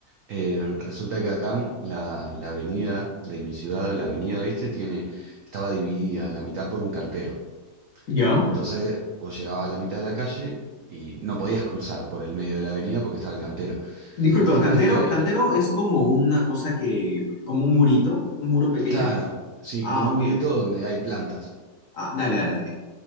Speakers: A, on the right; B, on the left.
A: Eh, resulta que acá la, la avenida de mi ciudad, la avenida, viste, tiene, estaba dividida a la mitad por un cantero.
B: ¿Ya?
A: Entonces, vos llegabas a la mitad de la calle y no podías cruzar por el medio de la avenida porque estaba el cantero.
B: Disculpa,
A: El tema
B: cantero,
A: es que
B: cantero es como una cosa que, como un murito, un muro pequeño.
A: Claro, sí,
B: Ah,
A: como un
B: ok,
A: murito
B: ok.
A: donde hay plantas.
B: Ah, dale, dale, dale.